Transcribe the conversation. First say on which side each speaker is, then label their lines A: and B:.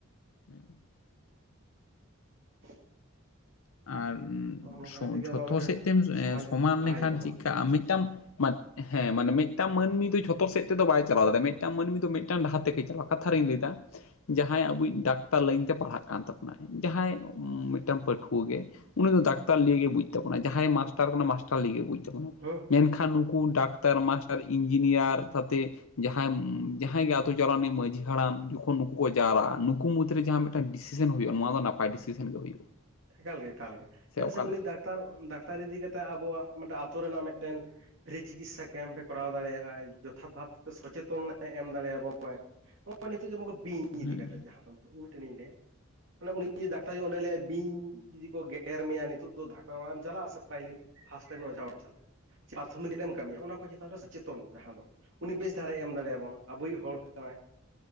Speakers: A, on the left; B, on the right.
A: ᱦᱮᱸ᱾
B: <inaudible>
A: ᱟᱨ
B: ᱱᱚᱜᱼᱚ ᱱᱚᱝᱠᱟ
A: ᱥᱚ
B: ᱠᱟᱛᱮ ᱜᱮ
A: ᱡᱷᱚᱛᱚ
B: ᱟᱵᱚᱣᱟᱜ ᱢᱤᱫᱴᱮᱱ
A: ᱥᱮᱫ ᱛᱮᱢ
B: ᱥᱚᱢᱟᱡᱽ
A: ᱥᱚᱢᱟᱱ
B: ᱞᱟᱦᱟᱭ
A: ᱞᱮᱠᱷᱟᱱ
B: ᱦᱩᱭᱩᱜ ᱛᱟᱵᱚᱱᱟ
A: ᱪᱮᱫ ᱠᱟᱜᱼᱟᱢ ᱢᱤᱫᱴᱟᱝ ᱦᱮᱸ ᱢᱟᱱᱮ ᱢᱤᱫᱴᱟᱝ ᱢᱟᱹᱱᱢᱤ ᱫᱚ ᱡᱷᱚᱛᱚ ᱥᱮᱫ ᱛᱮᱫ ᱵᱟᱭ ᱪᱟᱞᱟᱣ ᱫᱟᱲᱮᱭᱟᱜᱼᱟ, ᱢᱤᱫᱴᱟᱝ ᱢᱟᱹᱱᱢᱤ ᱫᱚ ᱢᱤᱫᱴᱟᱝ ᱰᱟᱦᱟᱨ ᱛᱮᱜᱮ ᱪᱟᱞᱟᱣ ᱠᱟᱛᱷᱟ ᱨᱤᱧ ᱞᱟᱹᱭᱮᱫᱟ, ᱡᱟᱦᱟᱸᱭ ᱟᱵᱚᱭᱤᱡ ᱰᱟᱠᱛᱟᱨ ᱞᱟᱹᱭᱤᱱ ᱛᱮ ᱯᱟᱲᱦᱟᱜ ᱠᱟᱱ ᱛᱟᱵᱚᱱᱟᱭ ᱡᱟᱦᱟᱸᱭ ᱢᱤᱫᱴᱟᱝ ᱯᱟᱹᱴᱷᱩᱣᱟᱹ ᱠᱩ ᱜᱮ ᱩᱱᱤ ᱫᱚ ᱰᱟᱠᱛᱟᱨ ᱱᱤᱭᱮ ᱜᱮ ᱵᱩᱡ ᱛᱟᱵᱚᱱᱟ ᱡᱟᱦᱟᱸᱭ ᱢᱟᱥᱴᱟᱨ ᱠᱟᱱᱟᱭ ᱢᱟᱥ <unintelligible> ᱛᱟᱵᱚᱱᱟ
B: ᱦᱮᱸ
A: ᱢᱮᱱᱠᱷᱟᱱ ᱱᱩᱠᱩ ᱰᱟᱠᱛᱟᱨ ᱢᱟᱥᱴᱟᱨ ᱤᱧᱡᱤᱱᱤᱭᱟᱨ ᱟᱛᱮ ᱡᱟᱦᱟᱸᱭ ᱡᱟᱦᱟᱸᱭ ᱜᱮ ᱟᱛᱳ ᱪᱟᱞᱟᱣᱮᱱᱤᱡ ᱢᱟᱹᱡᱷᱤ ᱦᱟᱲᱟᱢ ᱡᱚᱠᱷᱚᱱ ᱱᱩᱠᱩ ᱠᱚ ᱡᱟᱣᱨᱟᱜᱼᱟ ᱱᱩᱠᱩ ᱢᱩᱫᱽᱨᱮ ᱡᱟᱦᱟ ᱢᱤᱫᱴᱟᱝ ᱰᱤᱥᱤᱥᱮᱱ ᱦᱩᱭᱩᱜᱼᱟ ᱱᱚᱣᱟ ᱫᱚ ᱱᱟᱯᱟᱭ ᱰᱤᱥᱤᱥᱮᱱ ᱜᱮ ᱦᱩᱭᱩᱜᱼᱟ᱾
B: ᱮᱠᱟᱞ ᱜᱮ ᱮᱠᱟᱞᱜᱮ, ᱪᱮᱫᱟᱜ
A: ᱚᱠᱟ
B: ᱥᱮ
A: ᱞᱮᱠᱟ
B: ᱩᱱᱤ ᱰᱟᱠᱛᱟᱨ ᱰᱟᱠᱛᱟᱨ ᱤᱫᱤ ᱠᱟᱛᱮᱫ ᱟᱵᱚᱣᱟᱜ ᱢᱤᱫᱴᱮᱱ ᱟᱛᱳ ᱨᱮᱱᱟᱜ ᱢᱤᱫᱴᱮᱱ ᱯᱷᱤᱨᱤ ᱪᱤᱠᱤᱛᱥᱟ ᱠᱮᱢᱯᱮ ᱠᱚᱨᱟᱣ ᱫᱟᱲᱮᱭᱟᱜᱼᱟ, ᱡᱚᱛᱷᱟᱛ ᱵᱷᱟᱵᱛᱮ ᱥᱚᱪᱮᱛᱚᱱᱮ ᱮᱢ ᱫᱟᱲᱮ ᱟᱵᱚᱱ ᱟᱭ,
A: <inaudible>
B: ᱱᱤᱛᱚᱜ ᱡᱮᱢᱚᱱ ᱵᱤᱧ
A: ᱦᱮᱸ
B: ᱤᱫᱤ ᱠᱟᱛᱮ ᱡᱟᱦᱟᱸ ᱫᱚ ᱤᱧ ᱢᱤᱫᱴᱮᱱᱤᱧ ᱞᱟᱹᱭᱟ ᱢᱟᱱᱮ ᱩᱱᱤ ᱰᱟᱠᱛᱟᱨ ᱚᱸᱰᱮ ᱞᱟᱹᱭᱟ ᱵᱤᱧ ᱡᱩᱫᱤ ᱠᱚ ᱜᱮᱨ ᱢᱮᱭᱟ ᱱᱤᱛᱚᱜ ᱫᱚ ᱰᱟᱠᱴᱟᱨ ᱚᱲᱟᱜ ᱮᱢ ᱪᱟᱞᱟᱜᱼᱟ ᱥᱮ ᱯᱭᱞᱳ ᱯᱷᱟᱥᱴᱮ ᱴᱟᱭᱤᱢ ᱚᱡᱷᱟ ᱮᱢ ᱪᱟᱞᱟᱜᱼᱟ? ᱯᱨᱟᱛᱷᱚᱢᱤᱠ ᱨᱮᱢ ᱠᱟᱹᱢᱤᱭᱟ ᱚᱱᱟ ᱩᱱᱠᱩ ᱪᱮᱛᱟᱱ ᱨᱮ ᱥᱚᱪᱮᱛᱚᱱ ᱡᱟᱦᱟᱸ ᱫᱚ ᱩᱱᱤ ᱵᱮᱥ ᱫᱷᱟᱨᱮ ᱮᱢ ᱫᱟᱲᱮᱭᱟᱵᱚᱱᱟ, ᱟᱵᱚᱭᱤᱡ ᱦᱚᱲ ᱠᱟᱱᱟᱭ᱾